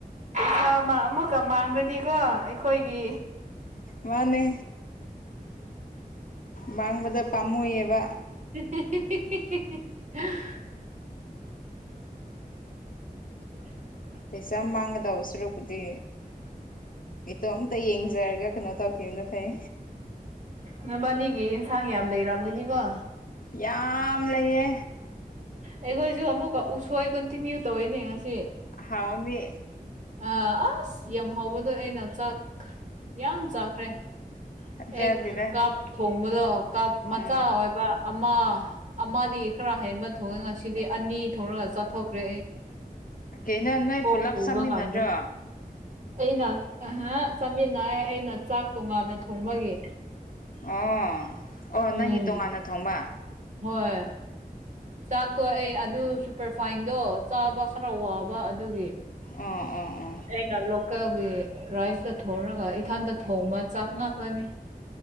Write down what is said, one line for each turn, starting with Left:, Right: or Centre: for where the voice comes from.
Right: ꯄꯩꯁꯥ ꯑꯃ ꯑꯃꯨꯛꯀ ꯃꯥꯡꯔꯗꯤꯀꯣ ꯑꯩꯈꯣꯏꯒꯤ
Left: ꯃꯥꯅꯦ ꯃꯥꯡꯕꯗ ꯄꯥꯝꯃꯨꯌꯦꯕ
Right: ꯍꯦ ꯍꯦ ꯍꯦ ꯍꯦ ꯍꯦ ꯍꯥ ꯎ
Left: ꯄꯩꯁꯥ ꯃꯥꯡꯒꯗꯧꯕ ꯁꯔꯨꯛꯄꯨꯗꯤ ꯏꯇꯣꯝꯇ ꯌꯦꯡꯖꯔꯒ ꯀꯩꯅꯣ ꯇꯧꯈꯤꯕꯅ ꯐꯩ
Right: ꯅꯣꯏꯕꯥꯅꯤꯒꯤ ꯏꯟꯁꯥꯡ ꯌꯥꯝ ꯂꯩꯔꯝꯒꯅꯤꯀꯣ
Left: ꯌꯥꯝ ꯂꯩꯌꯦ
Right: ꯑꯩꯈꯣꯏꯖꯨ ꯑꯃꯨꯛꯀ ꯎꯁꯣꯏ ꯀꯟꯇꯤꯅ꯭ꯌꯨ ꯇꯧꯋꯤꯅꯦ ꯉꯁꯤ
Left: ꯍꯥꯎꯅꯤ
Right: ꯑꯥ ꯑꯁ ꯌꯥꯝ ꯍꯧꯕꯗꯣ ꯑꯩꯅ ꯆꯥꯛ ꯌꯥꯝ ꯆꯥꯈ꯭ꯔꯦ
Left: ꯊꯥꯖꯗꯦꯗ
Right: ꯑꯦꯛ ꯀꯞ ꯊꯣꯡꯕꯗꯣ ꯀꯞ ꯃꯆꯥ
Left: ꯎꯝ
Right: ꯑꯣꯏꯕ ꯑꯃ ꯑꯃ ꯈꯔ ꯍꯦꯟꯕ ꯊꯣꯛꯑꯦ ꯉꯁꯤꯗꯤ ꯑꯅꯤ ꯊꯣꯡꯔꯒ ꯆꯠꯊꯣꯛꯈ꯭ꯔꯦ ꯑꯩ
Left: ꯀꯩꯅꯣ ꯅꯣꯏ
Right: ꯀꯣꯛ
Left: ꯄꯨꯜꯂꯞ
Right: ꯄꯨꯕ
Left: ꯆꯥꯃꯤꯟꯅꯗ꯭ꯔꯣ
Right: ꯉꯝꯗ꯭ꯔꯦ ꯑꯩꯅ ꯆꯥꯃꯤꯟꯅ ꯑꯩꯅ ꯆꯥꯛ ꯇꯣꯉꯥꯟꯅ ꯊꯣꯡꯕꯒꯤ
Left: ꯑꯣ ꯑꯣ
Right: ꯎꯝ
Left: ꯅꯪꯒꯤ ꯇꯣꯉꯥꯟꯅ ꯊꯣꯡꯕ
Right: ꯍꯣꯏ ꯆꯥꯛꯇꯣ ꯑꯦ ꯑꯗꯨ ꯁꯨꯄꯔꯐꯥꯏꯟꯗꯣ ꯆꯥꯕ ꯈꯔ ꯋꯥꯕ ꯑꯗꯨꯒꯤ
Left: ꯑꯥ ꯑꯥ ꯑꯥ
Right: ꯑꯩꯅ ꯂꯣꯀꯦꯜꯒꯤ ꯔꯥꯏꯁꯇ ꯊꯣꯡꯉꯒ ꯏꯊꯟꯗ ꯊꯣꯡꯕ ꯆꯥꯛ ꯉꯥꯛ ꯃꯥꯅꯦ